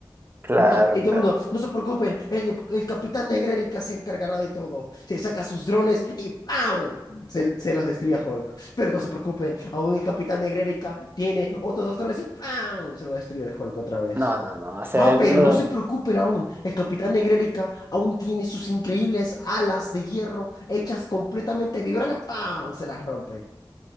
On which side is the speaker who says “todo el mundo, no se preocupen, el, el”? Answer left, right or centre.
Left